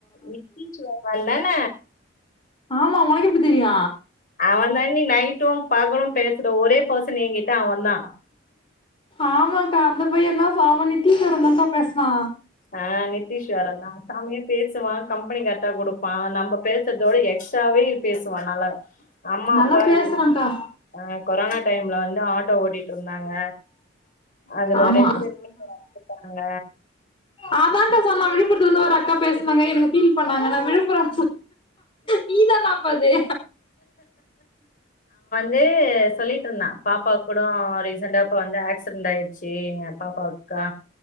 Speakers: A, on the left; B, on the left.
A: நித்திஷ்வரன்தான
B: ஆமா உனக்கு எப்டி தெரியு
A: அவந்தாண்டி நைட்டு பகலு பேசுர ஒரே பர்சன் எங்கிட்ட அவந்தா
B: ஆமாக்கா அந்த பையந்தா கால் பண்ணி நித்திஸ்வரன்தாங்க்கா பேசுனா
A: ஆ நித்திஷ்வரன்தா செமயா பேசுவா கம்பெனி கரெக்டா குடுப்பா நம்ப பேசுறதோட எக்ஸ்ட்ராவே பேசுவா நல்லா. அம்மா
B: நல்லா
A: அப்பா
B: பேசுறான்க்கா.
A: இல் ஆ கொரானா டைம்ல வந்து ஆ ட்டோ ஓட்டிட்ருந்தாங்க அதுல
B: ஆமா,
A: ரெண்டு பேருமே எறந்துட்டாங்க
B: அதாங்க்கா சொன்னா விழுப்புர த்திலிருந்து ஒரு அக்கா பேசுனாங்க எனக்கு ஃபீல் பண் ணாங்க நா விழுப்புறோ நீதானா அப்ப அது
A: து சொல்லிட்ருந்தா பாப்பாவுக்கு கூடோ ரீசண்டா இப்ப வந்து ஆக்சிடன்ட் ஆயிடுச்சு பாப்பாக்குக்கா